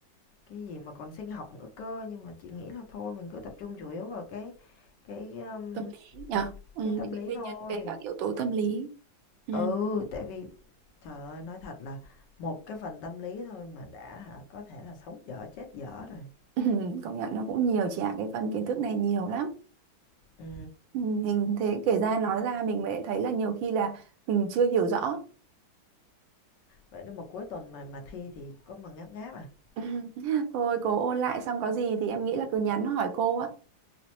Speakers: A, on the left (about 70°); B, on the right (about 80°).
A: Cái gì mà còn sinh học nữa cơ, nhưng mà chị nghĩ là thôi mình cứ tập trung chủ yếu vào cái cái um,
B: tâm lý nhở ừ,
A: cái
B: những
A: tâm
B: cái
A: lý
B: nguyên
A: thôi.
B: nhân về các yếu tố tâm lý ừ.
A: Ừ, tại vì trời ơi nói thật là một cái phần tâm lý thôi mà đã hả có thể là sống dở chết dở rồi.
B: Ừ, công nhận nó cũng nhiều chị ạ cái phần kiến thức này nhiều lắm
A: Ừ,
B: ừ, mình thế kể ra nói ra mình mới thấy là nhiều khi là mình chưa hiểu rõ
A: vậy đó mà cuối tuần mà mà thi thì có mà ngáp ngáp à?
B: <laughs> Ừ, thôi cố ôn lại xong có gì thì em nghĩ là cứ nhắn hỏi cô á